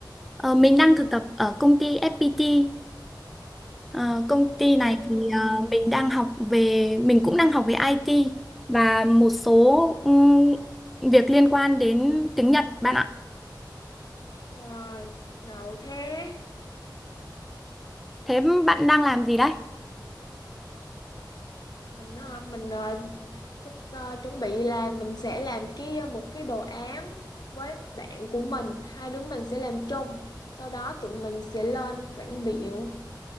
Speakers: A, in the centre; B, on the left.
A: ờ, mình đang thực tập ở công ty FPT. Ờ, công ty
B: Ừ,
A: này thì ờ, mình đang học về mình cũng đang học về IT và một số ừm, việc liên quan đến tiếng Nhật bạn ạ.
B: wow, ngầu thế.
A: Thế bạn đang làm gì đấy?
B: Mình ờ, mình ờ, sắp ờ, chuẩn bị là mình sẽ làm cái ờ, một cái đồ án với bạn của mình, hai đứa mình sẽ làm chung. Sau đó tụi mình sẽ lên phản biện.